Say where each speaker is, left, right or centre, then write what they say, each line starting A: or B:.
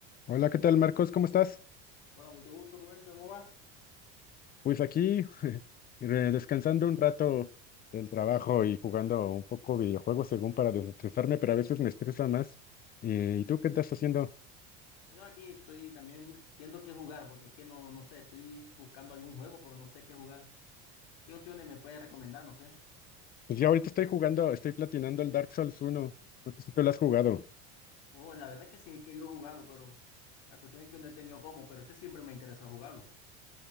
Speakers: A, on the left; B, on the left.
A: Hola, ¿qué tal, Marcos? ¿Cómo estás?
B: Hola, mucho gusto, Rubén, ¿cómo vas?
A: Pues aquí <laughs> re- descansando un rato del trabajo y jugando un poco videojuegos según para desestresarme, pero a veces me estresa más. Eh, ¿y tú qué estás haciendo?
B: Yo aquí estoy también viendo qué jugar, porque es que no, no sé, estoy buscando algún juego, pero no sé qué jugar. ¿Qué opciones me puedes recomendar? No sé.
A: Pues ya ahorita estoy jugando, estoy platinando el Dark Souls uno. No sé si tú lo has jugado.
B: Oh, la verdad es que sí he querido jugarlo, pero la cuestión es que no he tenido cómo, pero ese siempre me interesa jugarlo.